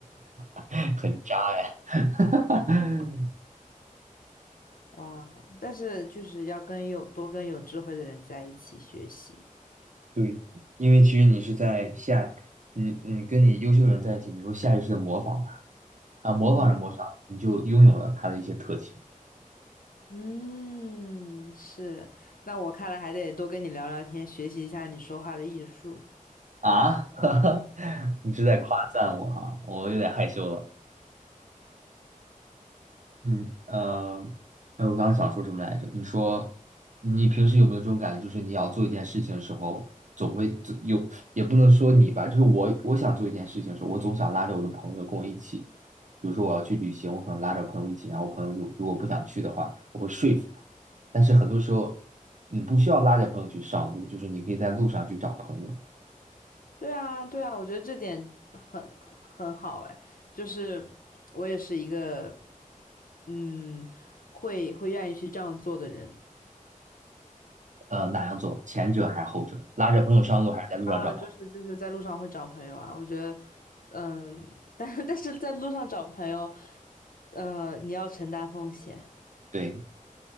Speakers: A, on the right; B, on the left.
A: <laughs> 很渣哎。<laughs>
B: 哇哦，但是就是要跟有多跟有智慧的人在一起学习。
A: 对，因为其实你是在下，你你跟你优秀人在一起，你会下意识的模仿他。啊，模仿着模仿，
B: 嗯
A: 你就拥有了它的一些特性
B: 嗯，是。那我看来还得多跟你聊聊天，学习一下你说话的艺术。
A: 啊！<laughs> 你是在夸赞我哈，我有点害羞了。嗯，呃，哎，我刚刚想说什么来着？你说你平时有没有这种感觉，就是你要做一件事情的时候，总会总有，也不能说你吧，就是我，我想做一件事情的时候，我总想拉着我的朋友跟我一起。比如说我要去旅行，我可能拉着朋友一起，然后我朋友就如果不想去的话，我会说服他。但是很多时候，你不需要拉着朋友去上路，就是你可以在路上去找朋友。
B: 对啊，对啊，我觉得这点很很好哎，就是我也是一个嗯，会会愿意去这样做的人。
A: 呃，哪样做？前者还是后者？拉着朋友上路还是在路上找朋友？
B: 啊，就是就是在路上会找朋友啊，我觉得，嗯，但 <laughs> 但是在路上找朋友，呃，你要承担风险。
A: 对，